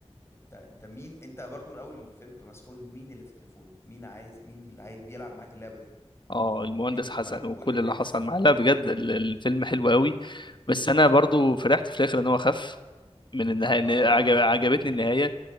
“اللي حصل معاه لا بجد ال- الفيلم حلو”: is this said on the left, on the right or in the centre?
Left